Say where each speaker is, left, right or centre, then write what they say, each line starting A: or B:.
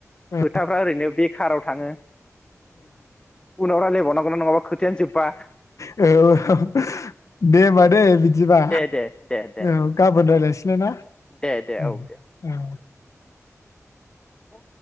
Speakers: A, on the left; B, on the left.
A: औ
B: खोथाफ्रा ओरैनो बे काराव थाङो उनावफ्रा लेबावनांगौना नङाबा खोथायानो जोब्बा
A: औ औ दे होमबा दे बिदिबा
B: दे दे दे दे
A: औ गाबोन रायज्लायनोसैलाय
B: दे दे
A: ना
B: औ दे
A: औ
B: औ